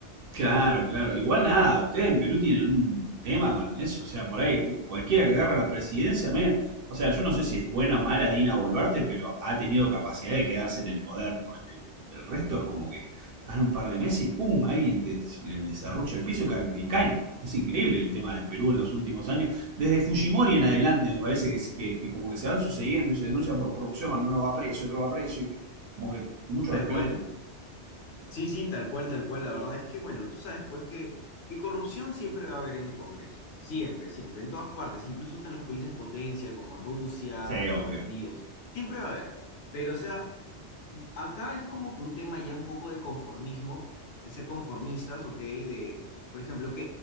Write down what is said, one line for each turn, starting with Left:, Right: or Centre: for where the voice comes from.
Right: Claro,
Left: uy,
Right: claro. Igual nada, ustedes en Perú tienen un tema con eso, o sea, por ahí cualquiera que agarra la presidencia, me- o sea, yo no sé si es buena o mala Dina Boluarte, pero ha tenido capacidad de quedarse en el poder, porque el resto es como que están un par de meses y ¡pum! alguien te, le, le serrucha el piso y caen, y caen. Es increíble el tema de Perú en los últimos años. Desde Fujimori en
Left: Y
Right: adelante me parece que, se- que, que como que se van sucediendo y se denuncian por corrupción y uno va preso y otro va preso y como que mucho
Left: tal
Right: despelote,
Left: cual.
Right: ¿no?
Left: Sí, sí, tal cual, tal cual. La verdad es que, bueno, tú sabes pues que, que corrupción siempre va a haber en el Congreso. Siempre, siempre, en todas partes, incluso hasta en los países potencia como Rusia,
Right: Sí,
Left: Estados
Right: obvio.
Left: Unidos. Siempre va a haber. Pero, o sea, acá es como que un tema ya un poco de conformismo, de ser conformistas, ¿ok? De, por ejemplo, ok,